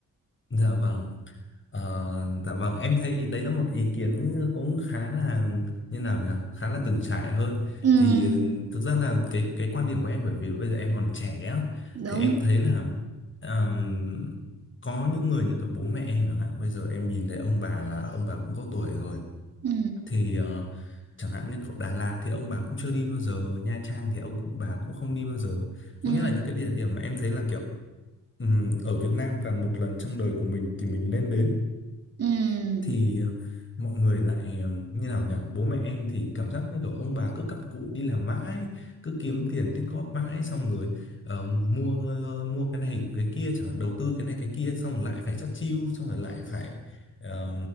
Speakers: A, on the left; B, on the right.
A: dạ vâng, Ờ, dạ vâng, em thấy đấy là một ý kiến cũng khá là như nào nhỉ, khá là từng trải hơn.
B: Ừ,
A: Thì ừ, thực ra là cái cái quan điểm của em bởi vì bây giờ em còn trẻ á,
B: đúng.
A: thì em thấy là ờm, có những người như cả bố mẹ em chẳng hạn, bây giờ em nhìn thấy ông bà là ông bà cũng có tuổi rồi.
B: Ừ,
A: Thì ờ, chẳng hạn như ở Đà Lạt thì ông bà cũng chưa đi bao giờ, Nha Trang thì ông bà cũng không đi bao giờ.
B: ừ,
A: Có nghĩa là những cái địa điểm mà em thấy là kiểu Ừm, ở Việt Nam và một lần trong đời của mình thì mình nên đến
B: ừ,
A: thì ờ, mọi người lại ờ, như nào nhỉ bố mẹ em thì cảm giác như kiểu ông bà cứ cặm cụi đi làm mãi cứ kiếm tiền tích góp mãi xong rồi ờ, mua ờ, mua cái này cái kia chẳng hạn đầu tư cái này cái kia xong rồi lại phải chắt chiu xong rồi lại phải ờ,